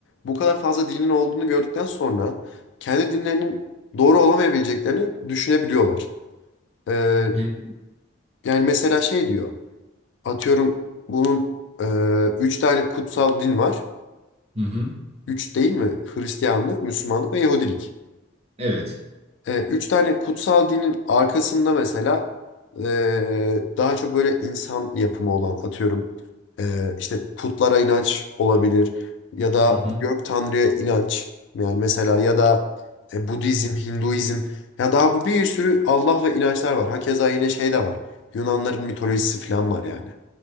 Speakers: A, on the left; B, on the right.
A: bu kadar fazla dinin olduğunu gördükten sonra kendi dinlerinin doğru olamayabileceklerini düşünebiliyorlar. Ee,
B: Evet.
A: yani mesela şey diyor. Atıyorum bunun e, üç tane kutsal din var.
B: Hı hı.
A: Üç değil mi? Hristiyanlık, Müslümanlık ve Yahudilik.
B: Evet.
A: E, üç tane kutsal dinin arkasında mesela e, daha çok böyle insan yapımı olan atıyorum e, işte putlara inanç olabilir ya da
B: Hı hı.
A: gök tanrıya inanç yani mesela ya da e, Budizm, Hinduizm ya daha bu bir sürü Allah ve inançlar var. Hakeza yine şey de var. Yunanların mitolojisi falan var yani.